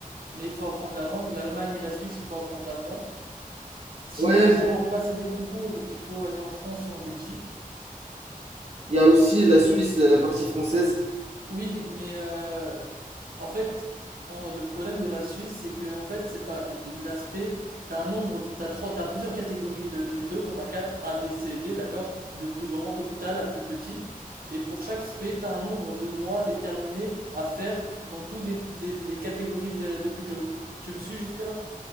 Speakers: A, on the right; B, on the right.
A: Mais il faut apprendre la langue. L'Allemagne et la Suisse, il faut apprendre l'allemand. Sinon,
B: Ouais,
A: si
B: bon,
A: on veut passer des concours, il faut aller en France ou en Belgique.
B: il y a aussi la Suisse, la partie française.
A: Oui, mais euh, en fait, on- le problème de la Suisse, c'est que en fait, c'est pas l'aspect. T'as un nombre, t'as trois, t'as plusieurs catégories de- d'hôpitaux. T'en as quatre, A, B, C, D, d'accord? De plus grand hôpital à plus petit. Et pour chaque spé, t'as un nombre de mois déterminé à faire dans toutes les, les- les catégories de- d'hôpitaux. Tu me suis jusque-là?